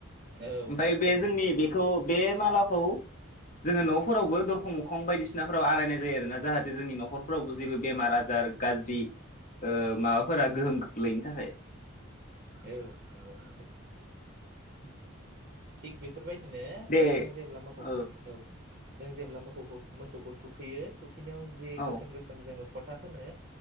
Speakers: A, on the right; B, on the left.
A: औ
B: ओमफाय
A: नंथारगौ
B: बे जोंनि
A: नोंथां नंथारगौ
B: बेखौ बे मालाखौ जोङो न'फोरावबो दरखं मोखं बायदिसिनाफोराव आलाय जायो आरोना जाहाथे जोंनि न'खर फोरावबो जेबो बेमार आजार गाज्रि ओ माबाफोरा गोहोम खोख्लैनो थाखाय।
A: औ नंगौ नंगौ।
B: <inaudible>
A: थिक बेफोर बायदिनो
B: दे
A: ओ जों जेब्ला मोखौखौ
B: औ
A: थुख औ जों जेब्ला मोखौखौ मोसौखौ थुखैयो थुख खैनायाव जे
B: औ
A: गोसोम गोसोम जोङो फोथा फोनो